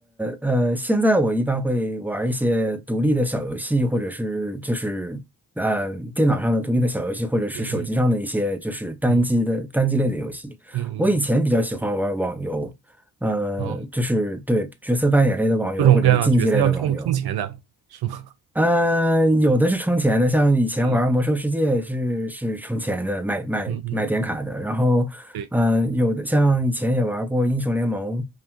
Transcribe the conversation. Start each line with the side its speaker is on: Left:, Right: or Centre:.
Centre: 呃，现在我一般会玩一些独立的小游戏，或者是就是呃电脑上的独立的小游戏，或者是手机上的一些就是单机的单机类的游戏。
Right: 嗯嗯嗯嗯嗯嗯嗯。
Centre: 我以前比较喜欢玩网游，呃，
Right: 哦，
Centre: 就是对角色扮演类的网游或者是竞技类的网游。
Right: 各种各样的角色要充充钱的，是吗？<laughs>
Centre: 呃，有的是充钱的，像以前玩《魔兽世界》是是充钱的，
Right: 嗯
Centre: 买买买点卡的。
Right: 嗯嗯，
Centre: 然后，
Right: 对，
Centre: 呃，有的像以前也玩过《英雄联盟》，